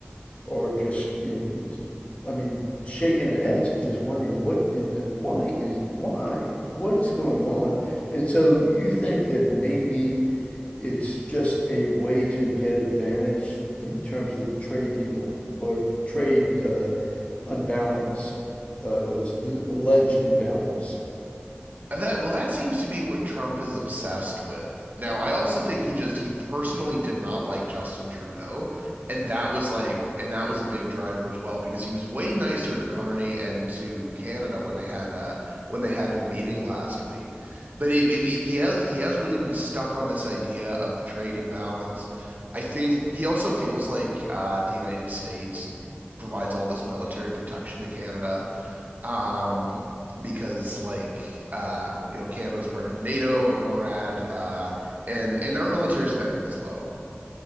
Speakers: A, on the left; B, on the right.
A: or just, you know, I mean, shaking their heads and just wondering what in the why is why what's going on. And so you think that maybe it's just a way to get advantage in terms of the trade deal or trade uh, unbalance uh, or the alleged imbalance.
B: That well, that seems to be what Trump is obsessed with. Now, I also think he just he personally did not like Justin Trudeau, and that was like and that was a big driver as well because he was way nicer to Carney and to Canada when they had uh when they had their meeting last week. But it, it, it- he has he has really been stuck on this idea of the trade imbalance. I think he also feels like uh the United States provides all this military protection to Canada um because like uh you know Canada's part of NATO and NORAD uh and and our military spending is low